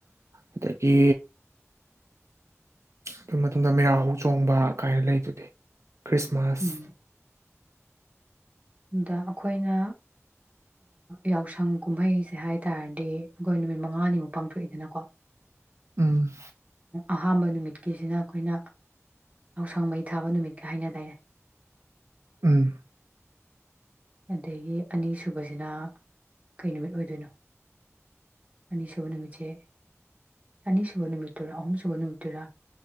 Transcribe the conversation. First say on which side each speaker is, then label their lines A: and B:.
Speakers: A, on the right (about 70°); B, on the right (about 30°).
A: ꯑꯗꯒꯤ ꯑꯗꯨ ꯃꯇꯨꯡꯗ ꯃꯦꯔꯥ ꯍꯧ ꯆꯣꯡꯕ ꯀꯥꯏꯅ ꯂꯩꯗꯨꯗꯤ ꯈ꯭ꯔꯤꯁꯃꯥꯁ
B: ꯎꯝ ꯑꯗ ꯑꯩꯈꯣꯏꯅ ꯌꯥꯎꯁꯪ ꯀꯨꯝꯍꯩꯁꯦ ꯍꯥꯏ ꯇꯥꯔꯗꯤ ꯑꯩꯈꯣꯏ ꯅꯨꯃꯤꯠ ꯃꯉꯥꯅꯤꯃꯨꯛ ꯄꯥꯡꯊꯣꯛꯏꯗꯅꯀꯣ
A: ꯎꯝ
B: ꯑꯍꯥꯥꯟꯕ ꯅꯨꯃꯤꯠꯀꯤꯁꯤꯅ ꯑꯩꯈꯣꯏꯅ ꯌꯥꯎꯁꯪ ꯃꯩ ꯊꯥꯕ ꯅꯨꯃꯤꯠꯀ ꯍꯥꯏꯅ ꯇꯔꯦ
A: ꯎꯝ
B: ꯑꯗꯒꯤ ꯑꯅꯤꯁꯨꯕꯁꯤꯅ ꯀꯩ ꯅꯨꯃꯤꯠ ꯑꯣꯏꯗꯣꯏꯅꯣ ꯑꯅꯤꯁꯨꯕ ꯅꯨꯃꯤꯠꯁꯦ ꯑꯅꯤꯁꯨꯕ ꯅꯨꯃꯤꯠꯇꯔꯥ ꯑꯍꯨꯝꯁꯨꯕ ꯅꯨꯃꯤꯠꯇꯔꯥ